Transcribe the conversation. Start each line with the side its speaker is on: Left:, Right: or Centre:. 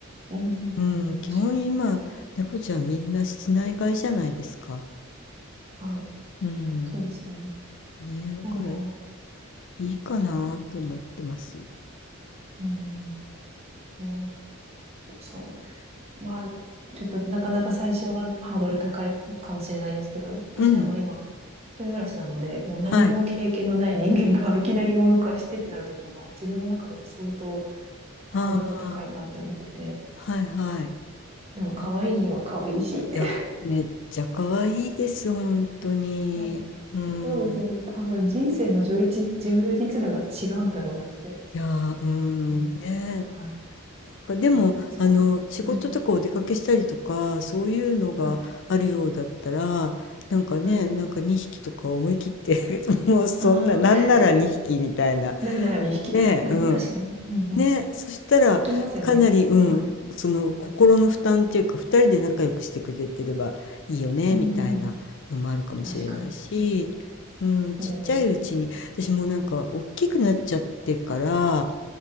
Right: うん、
Left: うん、基本今、
Right: 確
Left: 猫ちゃんみんな室内飼いじゃないですか。
Right: か。はい。
Left: うん。
Right: そうですね。
Left: ね、だからい
Right: ああ、
Left: いかなと思ってます。
Right: うん。ね、そう。まあ、ちょっとなかなか最初はハードル高いかもしれないですけど、私あの今、
Left: うん。
Right: 一人暮らしなので、もう何も経験のない人間が
Left: はい。
Right: <laughs> いきなりお迎えしてってなると、なんか自分の中では相当ハードル高いなって思ってて、
Left: ああ。はいはい。
Right: でも可愛いには可愛いしって。
Left: うん、いや、めっちゃ可愛いです、本当に。
Right: <laughs> はい。
Left: うん。
Right: そうですよね。多分人生の充実、充実度が違うんだろうなって
Left: いやー、うん、
Right: 思って。
Left: ね。
Right: はい。
Left: なんかでも、
Right: うんそこは。
Left: あの、仕事とかお出かけしたりとか、
Right: うん。
Left: そういうのがあるようだったら、
Right: はい。
Left: なんかね、
Right: はい。
Left: なんか2匹とか思い切って <laughs> もうそんな、
Right: ああ、
Left: なんなら2匹みたいな。
Right: <laughs> なんならに引き、いや、
Left: ね、うん
Right: 確かに。うんうん。
Left: ね、そしたらかなり、
Right: 言いますよね。
Left: うん、
Right: はい
Left: その心の負担っていうか二人で仲良くしてくれてればいいよねみたいなのもあるかもしれないし、
Right: うんうん。確かに。
Left: うん、ちっちゃいうちに私もなんか大きくなっちゃってから
Right: そうですね。